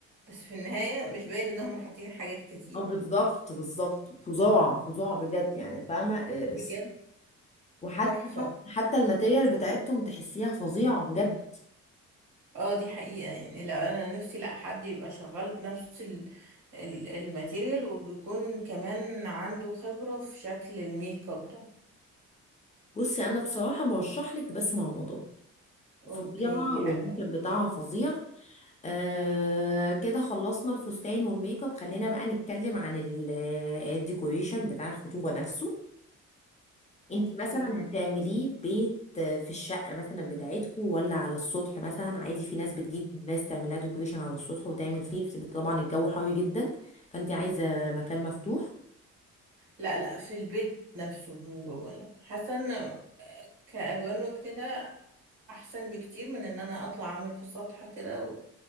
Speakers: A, on the right; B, on the left.
A: بس في النهاية مش باين ان هم حاطين حاجات كتير
B: اه بالظبط بالظبط فظاع فظاع بجد يعني فاهمة آه،
A: بجد
B: الس- وحتى
A: تحفة
B: حتى حتى الماتيريال بتاعتهم تحسيها فظيعة بجد
A: اه دي حقيقة يعني لا انا نفسي لا حد يبقى شغال بنفس ال ال- الماتيريال وبيكون كمان عنده خبرة في شكل الميك اب ده
B: بصي انا بصراحه برشح لك بسمة رمضان
A: اوكي
B: فظيعه
A: حلو
B: والميك
A: أوي.
B: اب بتاعها فظيع آه كده خلصنا الفستان والميك اب خلينا بقى نتكلم عن ال- الديكوريشن بتاع الخطوبه نفسه انت
A: اوكي
B: مثلا هتعمليه في بيت آه، في الشقه مثلا بتاعتكو ولا على السطح مثلا عادي في ناس بتجيب ناس تعملها ديكوريشن على السطح وتعمل فيه بس طبعا الجو حر جدا فانت عايزه مكان مفتوح
A: لا لا في البيت نفسه من جوه لا حاسه ان كالوان وكده احسن بكتير من ان انا اطلع اعمل في السطح كده و-